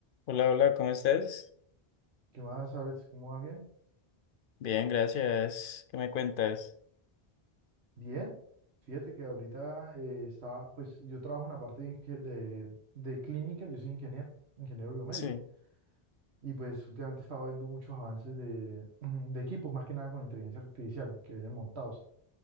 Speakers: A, on the left; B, on the right.
A: Hola, hola, ¿cómo estás?
B: ¿Qué más, Alex? ¿Cómo vas? ¿Bien?
A: Bien, gracias. ¿Qué me cuentas?
B: Bien. Fíjate que ahorita eh, estaba, pues yo trabajo en la parte de, inge- de- de clínica, yo soy ingeniero, ingeniero biomédico,
A: Sí,
B: y pues últimamente he estado viendo muchos avances de, <clears throat> de equipos, más que nada con inteligencia artificial, que vienen montados.